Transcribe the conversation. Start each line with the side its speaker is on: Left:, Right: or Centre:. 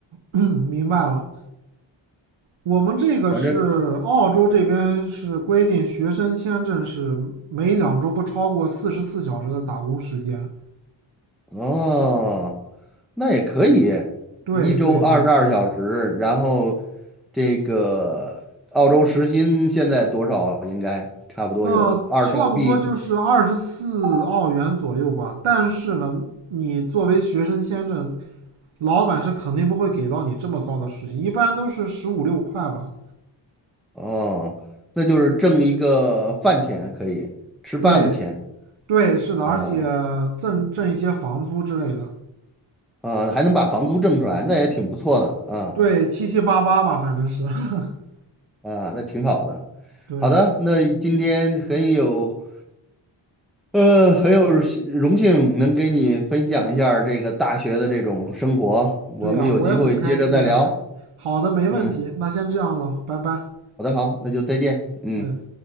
Right: <clears throat> 明白了，我们这个是澳洲这边是规定，
Centre: 反正
Right: 学生签证是每两周不超过四十四小时的打工时间。
Centre: 哦，那也可以，
Right: 对对对，
Centre: 一周二十二小时，然后这个澳洲时薪现在多少？应该差不多有二十澳币。
Right: 那差不多就是二十四澳元左右吧。但是呢，你作为学生签证，老板是肯定不会给到你这么高的事情，一般都是十五六块吧。
Centre: 哦，那就是挣一个饭钱，可以吃饭的钱
Right: 对对，是的，
Centre: 啊
Right: 而且挣挣一些房租之类的。
Centre: 啊，还能把房租挣出来，那也挺不错的啊
Right: 对，七七八八吧，反正是。<laughs>
Centre: 啊，那挺好的。
Right: 对
Centre: 好的，那今天很有呃很有幸荣幸能给你分享一下儿这个大学的这种生活，我们有机会接着再聊。
Right: 对呀，我也很开心呀。好的，没问题，
Centre: 嗯，
Right: 那先这样了，拜拜。
Centre: 好的，好，那就再见。嗯。
Right: 嗯。